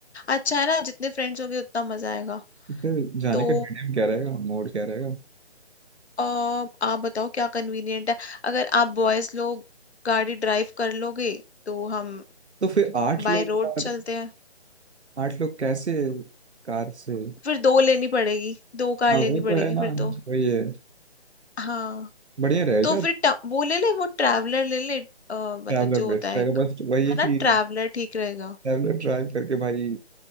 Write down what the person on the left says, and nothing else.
अच्छा है ना जितने फ्रेंड्स होंगे उतना मजा आएगा
तो
अ, आप बताओ क्या कन्वीनियंट है अगर आप बॉयज लोग गाड़ी ड्राइव कर लोगे तो हम
बाय
रोड
चलते हैं
फिर दो लेनी पड़ेगी दो कार
लेनी
पड़ेगी
फिर तो
हाँ
तो फिर ट- वो ले ले वो ट्रैवलर ले ले अ, मतलब
जो होता
है
एक,
है
ना
ट्रैवलर ठीक रहेगा